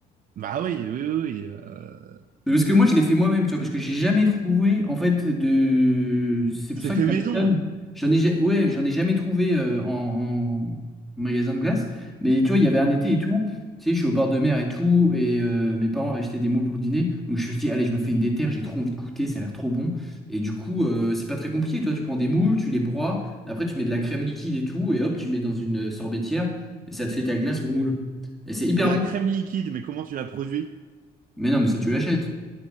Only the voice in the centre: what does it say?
Parce que moi, je l'ai fait moi-même, tu vois, parce que j'ai jamais trouvé, en fait, de. C'est
pour ça
que
la j'en ai, ja- ouais, j'en ai jamais trouvé euh, en, en magasin de glace. Mais tu vois, il y avait un été et tout. Tu sais, je suis au bord de mer et tout, et euh, mes parents avaient acheté des moules pour le dîner. Donc je me suis dit, allez, je me fais une déterre, j'ai trop envie de goûter, ça a l'air trop bon. Et du coup, euh, c'est pas très compliqué, tu vois, tu prends des moules, tu les broies, après tu mets de la crème liquide et tout, et hop, tu mets dans une euh, sorbetière, et ça te fait ta glace aux moules. Et c'est hyper
bon.
Mais non, mais ça, tu l'achètes.